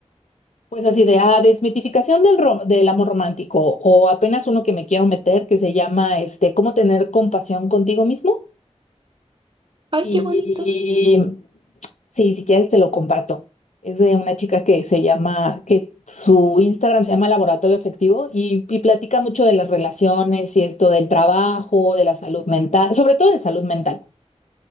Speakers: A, on the left; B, on the right.
A: Pues así de, ah, desmitificación del, ro- del amor romántico o apenas uno que me quiero meter que se llama, este, cómo tener compasión contigo mismo.
B: Ay,
A: Y
B: qué bonito.
A: sí, si quieres te lo comparto. Es de una chica que se llama, que su Instagram se llama Laboratorio Afectivo y, y platica mucho de las relaciones y esto del trabajo, de la salud mental, sobre todo de salud mental.